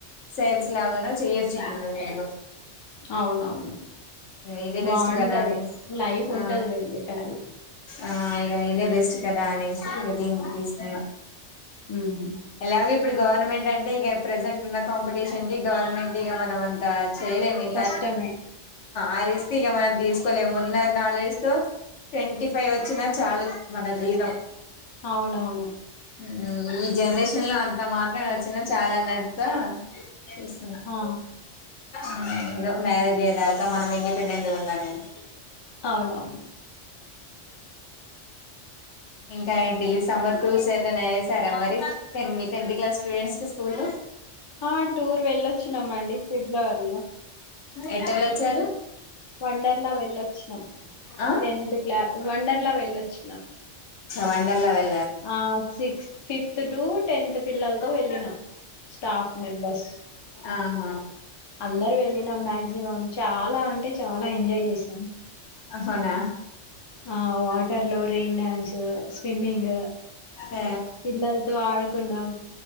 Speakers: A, on the left (about 75°); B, on the left (about 35°).
A: సేల్స్ లాగానో చెయొచ్చు ఇప్పుడు నేను ఇందులో
B: అవునవును
A: ఇదే
B: బావుంటది
A: బెస్ట్ కదా అనేసి
B: లైఫ్
A: ఆ
B: ఉంటదిలేండి టాలీ
A: ఆ ఇగ ఇదే బెస్ట్ కదా అనేసి ఇగ దీనికి తీసుకున్నా
B: ఉమ్
A: ఎలాగో ఇప్పుడు గవర్నమెంట్ అంటే ఇగ ప్రెజెంట్ ఉన్న కాంపిటీషన్ కి గవర్నమెంట్ ఇగ మనం అంత చేయలేం ఇంత
B: కష్టమే
A: ఆ రిస్క్ ఇగ మనం తీస్ కోలేము ఉన్న నాలెడ్జ్ తో ట్వంటీ ఫైవ్ వచ్చినా చాలు మన జీతం.
B: అవునవును
A: హ్మ్ ఈ జనరేషన్ లో అంత మాత్రం వచ్చినా చాలన్నంత తీసుకున్నా
B: ఆ
A: హ్మ్ ఎదో మ్యారేజే <unintelligible> ఇంకా మనం ఇండిపెండెంట్ గుండాలని
B: అవునవును
A: ఇంకా ఏన్ ఈ సమ్మర్ <unintelligible> పెన్ చేసారా మరి టెన్ మీ టెన్త్ క్లాస్ స్టూడెంట్స్ కి స్కూల్
B: ఆ టూర్ వెళ్ళొచ్చినామండి ఫిబ్లవరిలో
A: ఎటెళ్ళొచ్చారు.
B: వండర్ లా వెళ్ళొచ్చినాం
A: ఆ
B: టెన్త్ క్లా వండర్ లా వెళ్ళొచ్చినాం
A: వండర్లా వెల్
B: ఆ సిక్స్ ఫిఫ్త్ టూ టెన్త్ పిల్లలతో
A: ఆహా
B: వెళ్ళినాం స్టాఫ్ మెంబర్స్
A: ఆహా
B: అందరు వెళ్ళినాం మాక్సిమం చాలా అంటే చాలా ఎంజాయ్ చేసాం.
A: అవునా
B: ఆ వాటర్ లో రెయిన్ డాన్స్ స్విమ్మింగ్
A: ఆ
B: పిల్లలతో ఆడుకున్నాం